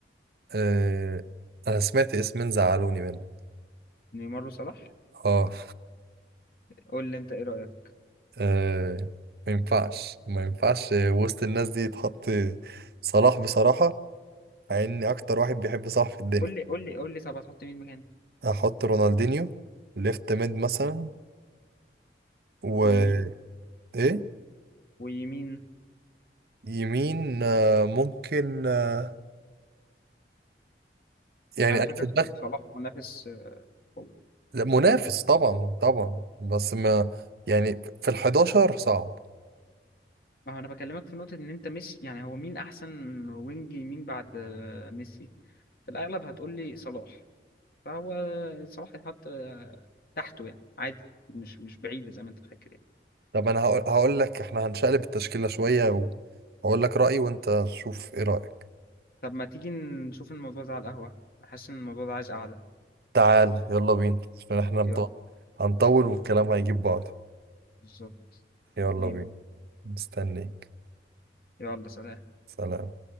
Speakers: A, on the right (about 60°); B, on the left (about 55°).
A: آه... انا سمعت اسمين زعلوني منه
B: نيمار وصلاح
A: اه
B: قول لي انت ايه رأيك
A: آه، ما ينفعش ما ينفعش وسط الناس دي يتحط صلاح بصراحة مع اني اكتر واحد بيحب صلاح في الدنيا
B: قول لي قول لي قول لي طب هتحط مين مكان
A: هحط رونالدينيو ليفت ميد مثلا و
B: ويمين
A: ايه
B: ويمين
A: يمين آه، ممكن آه، يعني
B: على
A: انا
B: فكرة
A: في دماغي
B: صلاح منافس آه، قوي
A: لا، منافس طبعا طبعا بس ما يعني في ال 11 صعب
B: ما هو انا بكلمك في نقطة ان انت مش يعني هو مين احسن وينج يمين بعد آه، ميسي في الاغلب هتقول لي صلاح فهو صلاح يتحط آه، تحته يعني عادي مش مش بعيدة زي ما انت فاكر يعني
A: طب انا هقول هقول لك احنا هنشقلب التشكيلة شوية وهقول لك رأيي وانت شوف ايه رأيك
B: طب ما تيجي نشوف الموضوع ده على القهوة بحس ان الموضوع ده عايز قعدة
A: تعال يلا بينا عشان احنا مط-
B: يلا
A: هنطول والكلام هيجيب بعض
B: بالظبط
A: يلا
B: بينا
A: بينا مستنيك
B: يلا سلام
A: سلام